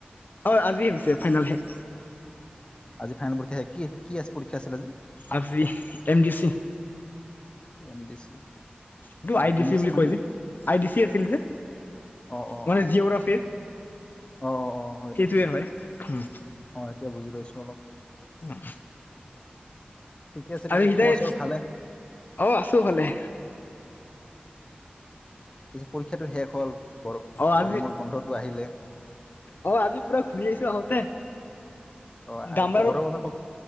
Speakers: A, on the left (about 65°); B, on the left (about 30°).
A: হয় আজি ভাবিছে ফাইনেল শেষ।
B: আজি ফাইনেল পৰীক্ষা কি কি পৰীক্ষা আছিল আজি।
A: আজি M D C.
B: M D C.
A: এইটো
B: অ
A: আই ডি
B: এম
A: চি বুলি
B: মানে
A: কৈ যে আই ডি চি আছিল যে
B: অ অ
A: মানে
B: অ
A: জিঅগ্ৰাফিৰ
B: অ অ অ হয়
A: সেইটোৱে
B: দে
A: হয়। ফম।
B: অ 'এতিয়া বুজি পাইছো অলপ।
A: উম।
B: ঠিকে আছে পিছে
A: আৰু সিটাই
B: খবৰ চবৰ ভালে
A: অ' আছো ভালে
B: যে পৰীক্ষাটো শেষ হল গৰ
A: অ আজি
B: গৰমৰ গোন্ধটো আহিলে।
A: অ আজি পুৰা ঘূৰি আহিছো আহোতে
B: অ '
A: গামলাৰ
B: আৰু ঘৰৰ কথা কম